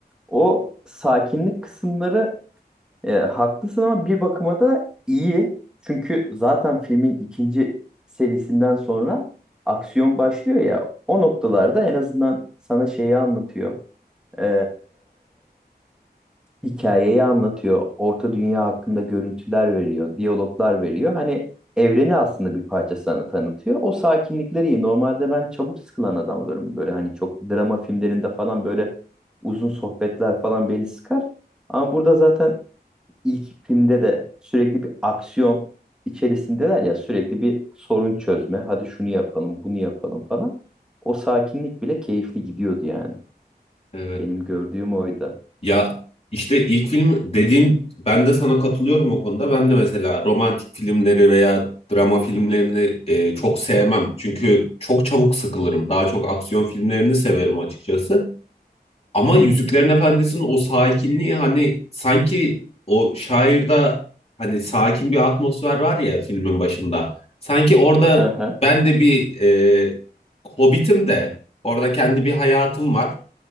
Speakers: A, in the centre; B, on the left.
A: O sakinlik kısımları e, haklısın ama bir bakıma da iyi. Çünkü zaten filmin ikinci serisinden sonra aksiyon başlıyor ya. O noktalarda en azından sana şeyi anlatıyor. E, hikayeyi anlatıyor. Orta Dünya hakkında görüntüler veriyor. Diyaloglar veriyor. Hani evreni aslında bir parça sana tanıtıyor. O sakinlikleri iyi. Normalde ben çabuk sıkılan adam olurum. Böyle hani çok drama filmlerinde falan böyle uzun sohbetler falan beni sıkar. Ama burada zaten ilk filmde de sürekli bir aksiyon içerisindeler ya sürekli bir sorun çözme. Hadi şunu yapalım, bunu yapalım falan. O sakinlik bile keyifli gidiyordu yani.
B: Evet.
A: Benim gördüğüm oydu.
B: Ya işte ilk film dediğim ben de sana katılıyorum o konuda. Ben de mesela romantik filmleri veya drama filmlerini e, çok sevmem. Çünkü çok çabuk sıkılırım. Daha çok aksiyon filmlerini severim açıkçası. Ama
A: Hı
B: Yüzüklerin
A: hı.
B: Efendisi'nin o sakinliği hani sanki o şairde hani sakin bir atmosfer var ya filmin başında. Sanki orada
A: Hı hı,
B: ben de bir e, Hobbit'im de orada kendi bir hayatım var.